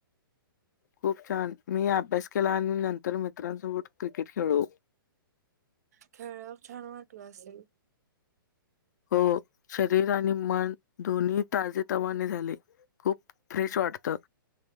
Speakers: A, on the left; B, on the right.
A: खूप छान मी अभ्यास केला आणि नंतर मित्रांसोबत क्रिकेट खेळलो
B: खेळल्यावर छान वाटलं असेल
A: हो शरीर आणि मन दोन्ही ताजे तवाने झाले. खूप फ्रेश वाटतं